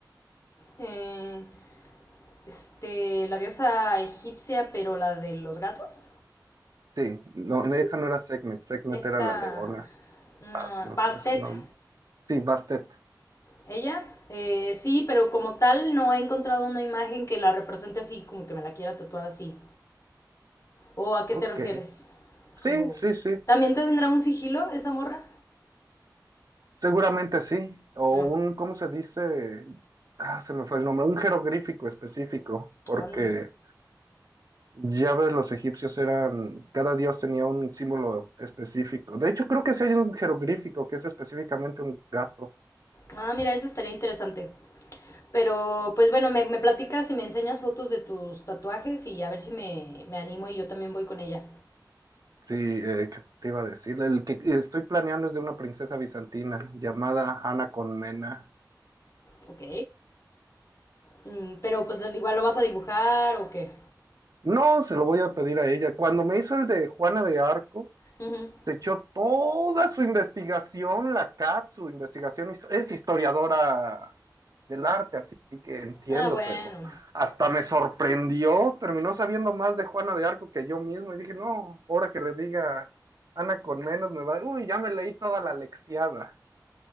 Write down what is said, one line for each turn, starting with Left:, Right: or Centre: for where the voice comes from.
Left: Eh, Este, la diosa egipcia, pero la de los gatos.
Right: Sí, no, no, esa no era Segmet, Segmet
Left: Esta.
Right: era la Leona.
Left: mm,
Right: Ah, se me
Left: Bastet.
Right: fue ese nombre. Sí, Bastet.
Left: Ella. eh, sí, pero como tal no he encontrado una imagen que la represente así, como que me la quiera tatuar así. ¿O a qué
Right: Ok.
Left: te refieres? Como.
Right: Sí, sí, sí.
Left: ¿También tendrá un sigilo esa morra?
Right: Seguramente sí. O
Left: No.
Right: un, ¿cómo se dice? Ah, se me fue el nombre. Un jeroglífico específico, porque
Left: Ah, no.
Right: ya ves, los egipcios eran, cada dios tenía un símbolo específico. De hecho, creo que sí hay un jeroglífico que es específicamente un gato.
Left: Ah, mira, eso estaría interesante. Pero, pues bueno, me, me platicas y me enseñas fotos de tus tatuajes y a ver si me, me animo y yo también voy con ella.
Right: Sí, eh, ¿qué te iba a decir? El que estoy planeando es de una princesa bizantina llamada Ana Colmena.
Left: Ok. Mm, pero pues igual lo vas a dibujar o qué.
Right: No, se lo voy a pedir a ella. Cuando me hizo el de Juana de Arco,
Left: Ujú.
Right: se echó toda su investigación, la CAT, su investigación, histo- es historiadora del arte, así que entiendo,
Left: Ah, bueno.
Right: pero hasta me sorprendió, terminó sabiendo más de Juana de Arco que yo mismo y dije, no, ahora que le diga Ana con menos me va, uy, ya me leí toda la lexiada.